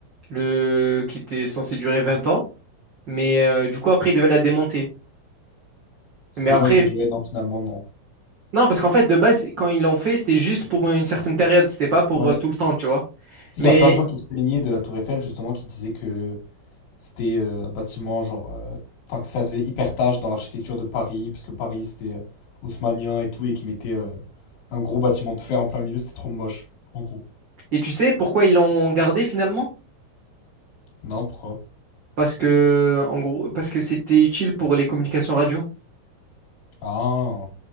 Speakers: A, on the right; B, on the left.
A: le qui était censé durer 20 ans. Mais euh, du coup, après, ils devaient la démonter.
B: Parce
A: Mais
B: que les
A: après,
B: gens ils ont dit ouais, non, finalement, non.
A: non, parce qu'en fait, de base, quand ils l'ont fait, c'était juste pour une certaine période, c'était pas pour
B: Ouais.
A: euh, tout le temps, tu vois.
B: sais
A: Mais,
B: qu'il y a plein de gens qui se plaignaient de la Tour Eiffel, justement, qui disaient que c'était euh, un bâtiment, genre, euh, enfin, que ça faisait hyper tâche dans l'architecture de Paris, puisque Paris, c'était euh, haussmannien et tout, et qui mettait euh, un gros bâtiment de fer en plein milieu, c'était trop moche, en gros.
A: et tu sais pourquoi ils l'ont gardé finalement?
B: Non, pourquoi?
A: Parce que, en gros, parce que c'était utile pour les communications radio.
B: Ah,